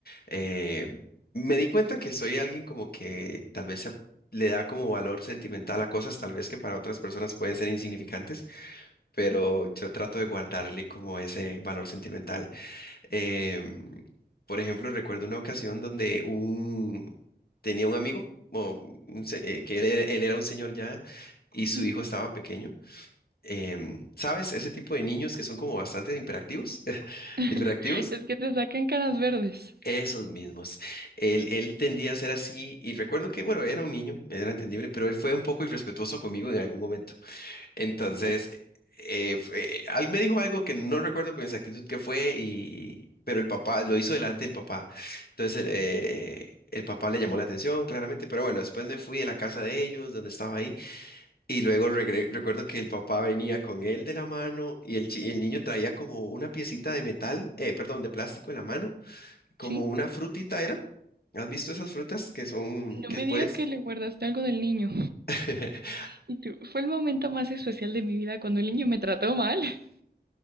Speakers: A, on the left (about 65°); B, on the right (about 65°).
A: Eh, me di cuenta que soy alguien como que tal vez se- le da como valor sentimental a cosas tal vez que para otras personas pueden ser insignificantes, pero yo trato de guardarle como ese valor sentimental. Em, por ejemplo, recuerdo una ocasión donde un, tenía un amigo, o un se- eh, que él, era él era un señor ya, y
B: ¿sí?
A: su hijo estaba pequeño em, ¿sabes? Ese tipo de niños que son como bastante hiperactivos, <laughs>
B: <laughs>
A: hiperactivos,
B: Es que te sacan canas verdes.
A: esos mismos. Él, él tendía a ser así y recuerdo que, bueno, era un niño, era entendible, pero él fue un poco irrespetuoso conmigo en algún momento. Entonces,
B: Uh,
A: eh, fue- al- me dijo algo que no recuerdo con exactitud qué fue, y, pero el papá lo hizo delante del papá. Entonces, el eh, el papá le llamó la atención, claramente, pero bueno, después me fui de la casa de ellos, donde estaba ahí. Y luego regre- recuerdo que el papá venía con él de la mano y el, chi- el niño traía como una piecita de metal, eh, perdón, de plástico en la mano, como
B: ¿Sí?
A: una frutita era. ¿Has visto esas frutas que son,
B: No
A: que
B: me
A: pues,
B: digas que le guardaste algo del niño.
A: <laughs>
B: Y tú, fue el momento más especial de mi vida cuando el niño me trató mal. <laughs>